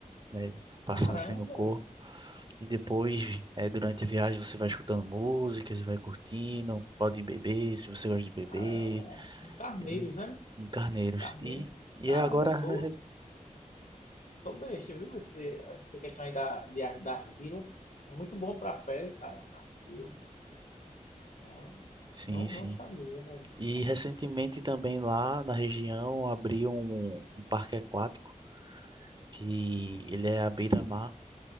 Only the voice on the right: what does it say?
né? Passar
assim no corpo e depois, é, durante a viagem, você vai escutando músicas, vai curtindo, pode beber, se você gosta de beber,
e,
em Carneiros.
E, e
é agora,
res-
sim,
sim.
E recentemente também lá na região abriu um, um parque aquático, que ele é à beira-mar,